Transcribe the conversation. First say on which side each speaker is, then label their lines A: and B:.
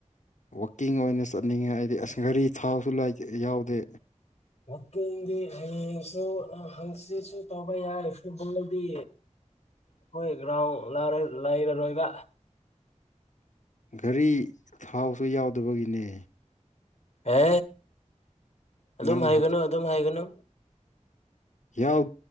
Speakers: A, on the left; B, on the left.
A: ꯋꯀꯤꯡ ꯑꯣꯏꯅ ꯆꯠꯅꯤꯡꯉꯦ ꯍꯥꯏꯗꯤ ꯑꯁ ꯒꯥꯔꯤ ꯊꯥꯎꯁꯨ ꯂꯩꯇ ꯌꯥꯎꯗꯦ
B: ꯋꯀꯤꯡꯗꯤ ꯍꯌꯦꯡꯁꯨ ꯍꯪꯁꯤꯠꯁꯨ ꯇꯧꯕ ꯌꯥꯏ ꯐꯨꯠ ꯕꯣꯜꯗꯤ ꯑꯈꯣꯏ ꯒ꯭ꯔꯥꯎ ꯂꯩꯔꯔꯣꯏꯕ
A: ꯒꯔꯤ ꯊꯥꯎꯁꯨ ꯌꯥꯎꯗꯕꯒꯤꯅꯦ
B: ꯍꯦ ꯑꯗꯨꯝ
A: ꯅꯪ
B: ꯍꯥꯏꯒꯅꯨ ꯑꯗꯨꯝ ꯍꯥꯏꯒꯅꯨ
A: ꯌꯥꯎ